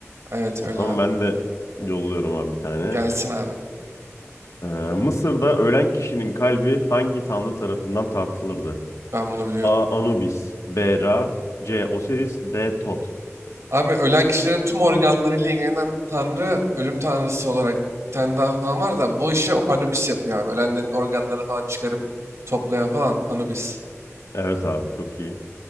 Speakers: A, on the right; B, on the left.
A: Evet
B: O
A: öyle
B: zaman
A: abi.
B: ben de yolluyorum abi bir tane.
A: Gelsin abi.
B: Ee, Mısır'da ölen kişinin kalbi hangi tanrı tarafından tartılırdı?
A: Ben bunu biliyorum.
B: A. Anubis. B. Ra. C. Osiris. D. Tot.
A: Abi ölen kişilerin tüm organlarıyla ilgilenen tanrı ölüm tanrısı olarak bir tane daha falan var da bu işi Anubis yapıyor abi. Ölenlerin organlarını falan çıkarıp toplayan falan Anubis.
B: Evet abi çok iyi.